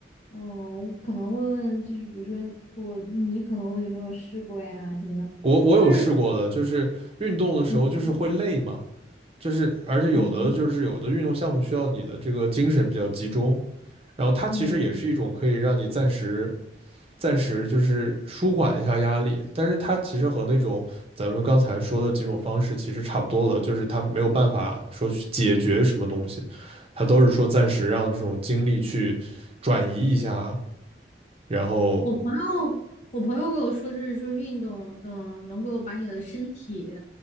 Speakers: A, on the left; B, on the right.
A: 嗯，我可能问问，就是比如说我你可能有没有试过呀什么的，
B: 我我有试过的，
A: 就是
B: 就是运动的时候就是会累嘛。
A: 嗯
B: 就是而且有的就是有的运动项目需要你的这个精神比较集中，
A: 嗯
B: 然后它其实也是一种可以让你暂时
A: 嗯，
B: 暂时就是舒缓一下压力，但是它其实和那种咱们刚才说的几种方式其实差不多的，就是它没有办法说去解决什么东西，它都是说暂时让这种精力去转移一下，然后
A: 我朋友我朋友跟我说，就是说运动，嗯，能够把你的身体